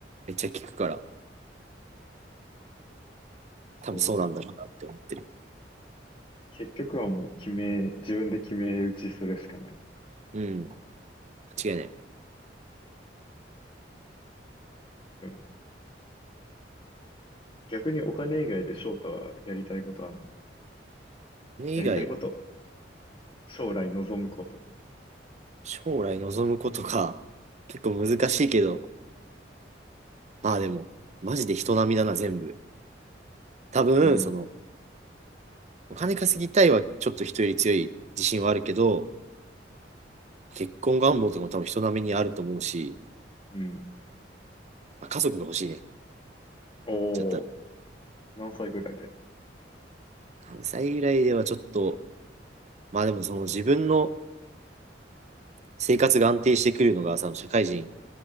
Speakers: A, on the right (about 40°); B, on the left (about 30°).
A: めっちゃ聞くから、多分そうなんだろうなって思ってる。
B: そう。結局はもう決め、自分で決め打ちするしかない。
A: うん、間違いない。
B: うん。逆にお金以外で翔太はやりたいことあんの
A: それ以外、
B: やりたいこと。将来望むこと。
A: 将来望むことか、結構難しいけど、まあでも、マジで人並みだな、全部。多分、
B: うん。
A: その、お金稼ぎたいはちょっと人より強い自信はあるけど、結婚願望とかも多分人並みにあると思うし、
B: うん。
A: まあ、家族が欲しいね。
B: おー、
A: ちゃったら。
B: 何歳ぐらいで。
A: 3歳ぐらいではちょっと、まあでもその自分の生活が安定してくるのが、その社会人